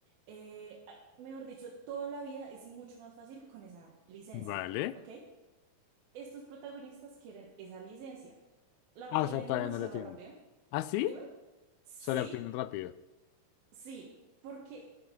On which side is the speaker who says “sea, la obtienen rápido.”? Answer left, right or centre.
Left